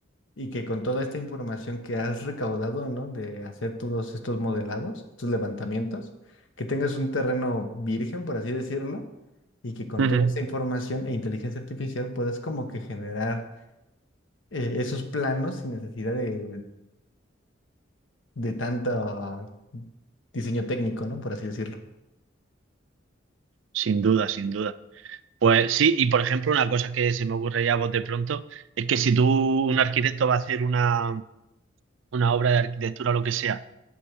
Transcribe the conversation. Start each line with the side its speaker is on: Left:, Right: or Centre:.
Left: Y que con toda esta información que has recaudado, ¿no? De hacer todos estos modelados, estos levantamientos, que tengas un terreno virgen, por así decirlo, y que con
Right: Ujú.
Left: toda esta información e inteligencia artificial puedas como que generar eh, esos planos sin necesidad de, de tanto diseño técnico, ¿no? Por así decirlo.
Right: Sin duda, sin duda. Pues sí, y por ejemplo, una cosa que se me ocurre ya a vos de pronto, es que si tú, un arquitecto va a hacer una, una obra de arquitectura o lo que sea,